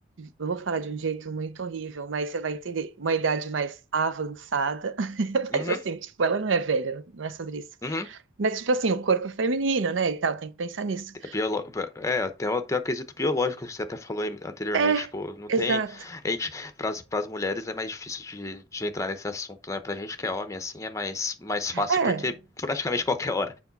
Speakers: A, on the right; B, on the left.
A: eu vou falar de um jeito muito horrível, mas você vai entender, uma idade mais avançada, <laughs>
B: uhum,
A: mas assim, tipo, ela não é velha, não é sobre isso.
B: uhum.
A: Mas tipo assim, o corpo feminino, né, e tal, tem que pensar nisso.
B: É, biolo... é até, até eu acredito biológico, que você até falou aí anteriormente,
A: É,
B: tipo, não
A: exato.
B: tem. A gente, para as mulheres é mais difícil de, de entrar nesse assunto, né? Pra gente que é homem, assim, é mais, mais fácil,
A: É,
B: porque praticamente <laughs> qualquer hora.